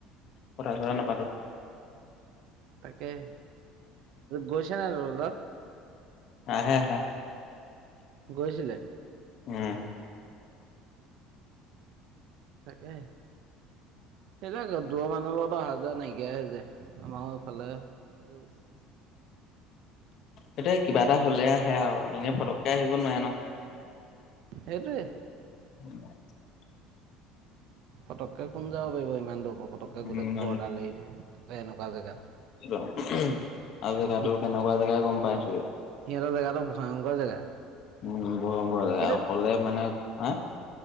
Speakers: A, on the left; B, on the right.
A: কথা-চথা নাপাতো
B: তাকে গৈছানে নাই
A: আহে আহে
B: গৈছিলে
A: উম
B: তাকে <unintelligible> দৰ মানুহৰ লগত অহা -যোৱা নাইকিয়া নাইকিয়া হৈ যায় আমাৰও এইফালে আৰু
A: এটোয় কিবা এটা হলে আহে আৰু এনে পটকে আহিব নোৱাৰে ন
B: সেইটোয়ে
A: <unintelligible>
B: পটকে কোন যাব পাৰিব ইমান দূৰ পটকে
A: উম
B: গো ঘৰ এডাল এৰি থে এনেকুৱা জেগাত
A: আৰু জেগাতটো
B: সি
A: কেনেকুৱা জেগাই গম পাইছোয়ে
B: সিহঁতৰ জেগাটো ভয়ংকৰ জেগা।
A: উম ভয়ংকৰ লে
B: কিন্তু
A: অকলে মানে আহ-